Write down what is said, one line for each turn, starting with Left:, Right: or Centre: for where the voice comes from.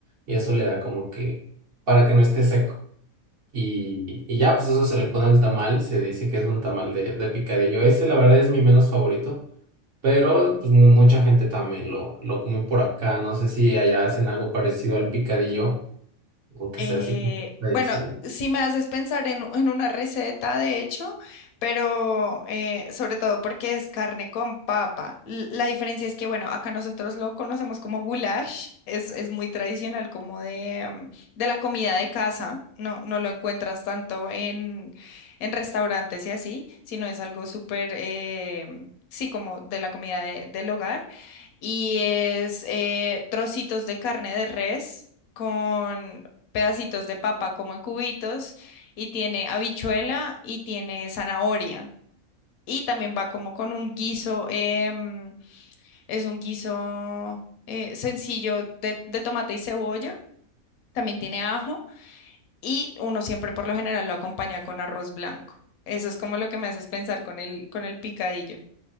Right: Y eso le da como que para que no esté seco. Y, y ya, pues eso se le pone al tamal y se dice que es un tamal de, de picadillo. Ese, la verdad, es mi menos favorito. Pero pues mu- mucha gente también lo, lo come por acá. No sé si allá hacen algo parecido al picadillo o que
Left: Eh,
Right: sea así como tradición.
Left: bueno, sí me haces pensar en, en una receta, de hecho, pero eh, sobre todo porque es carne con papa. L- La diferencia es que, bueno, acá nosotros lo conocemos como goulash, es, es muy tradicional como de, mm, de la comida de casa, no, no lo encuentras tanto en, en restaurantes y así, sino es algo súper, eh, mm, sí, como de la comida de- del hogar y es eh, trocitos de carne de res. con pedacitos de papa como en cubitos y tiene habichuela y tiene zanahoria. Y también va como con un guiso, em, es un guiso eh, sencillo de, de tomate y cebolla, también tiene ajo y uno siempre por lo general lo acompaña con arroz blanco. Eso es como lo que me haces pensar con el, con el picadillo.